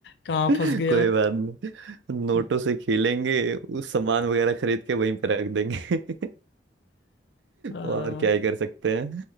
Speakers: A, on the left; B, on the right.
A: कहाँ
B: कोई
A: फंस गया
B: बात नहीं नोटों
A: <laughs>
B: से खेलेंगे उस सामान वगैरह खरीद के वहीं पे रख देंगे <laughs>
A: हाँ,
B: और क्या ही कर सकते हैं